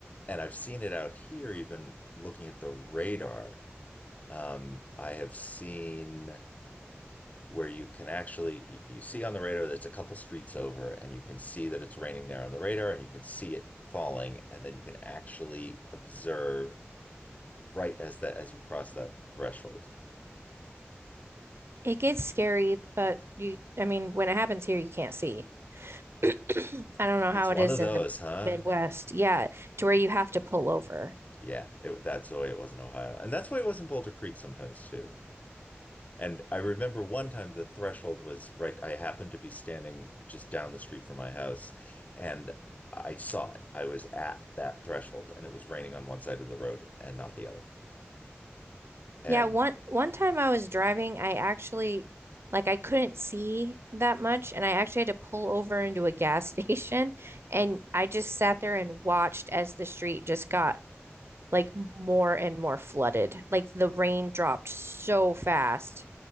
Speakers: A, on the left; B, on the right.
A: And I've seen it out here even looking at the radar. Um, I have seen where you can actually you, you see on the radar that's a couple streets over and you can see that it's raining there on the radar and you can see it falling and then you can actually observe right as that as you cross that threshold.
B: It gets scary, but you, I mean, when it happens here, you can't see. <clears throat> I don't know
A: It's
B: how
A: one
B: it is
A: of those,
B: in the
A: huh?
B: Midwest. Yeah, to where you have to pull over.
A: Yeah, it, that's the way it was in Ohio. And that's why it was in Boulder Creek sometimes too. And I remember one time the threshold was right. I happened to be standing just down the street from my house and I saw it. I was at that threshold and it was raining on one side of the road and not the other. And
B: Yeah, one one time I was driving, I actually like I couldn't see that much and I actually had to pull over into a gas <laughs> station and I just sat there and watched as the street just got like more and more flooded. Like the rain dropped so fast.